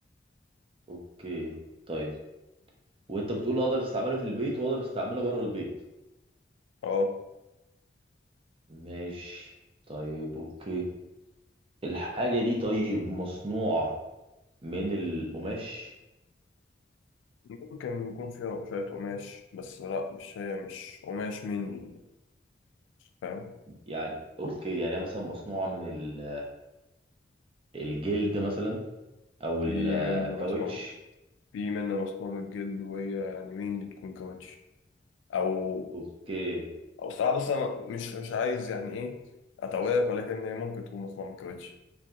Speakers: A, on the right; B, on the left.
A: اوكي طيب وانت بتقول اقدر استعملها في البيت واقدر استعملها بره البيت
B: اه
A: ماشي طيب اوكي الحاجه دي طيب مصنوعه من القماش
B: ممكن يكون فيها شوية قماش بس لا مش هي مش قماش مني فاهم
A: يعني اوكي يعني هي مثلا مصنوعة من ال- الجلد مثلا او
B: في
A: الكاوتش
B: منها مصنوع في منها مصنوع من الجلد وهي يعني مين اللي تكون كاوتش او
A: اوكي
B: او ساعات بس انا مش مش عايز يعني ايه اتوهك ولكن هي ممكن تكون مصنوع من الكاوتش